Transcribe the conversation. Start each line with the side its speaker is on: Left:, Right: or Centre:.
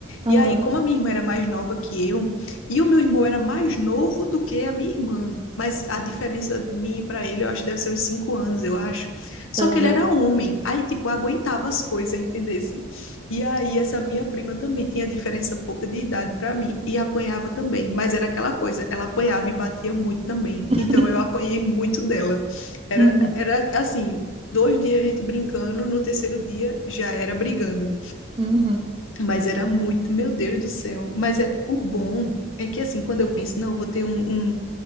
Right: aham,
Left: E aí, como a minha irmã era mais nova que eu, e o meu irmão era mais novo do que a minha irmã. Mas a diferença de mim e para ele, eu acho que deve ser uns cinco anos, eu acho. Só
Right: aham.
Left: que ele era homem, aí, tipo, aguentava as coisas, entendesse? E aí, essa minha prima também tinha diferença pouca de idade para mim, e apanhava também, mas era aquela coisa, ela apanhava e batia muito também,
Right: <laughs>
Left: então eu apanhei muito dela. Era,
Right: Uhum,
Left: era assim, Dois dias a gente brincando, no terceiro dia já era brigando.
Right: uhum.
Left: Mas era muito, meu Deus do céu. Mas é, o bom é que assim, quando eu penso, não, eu vou ter um, um,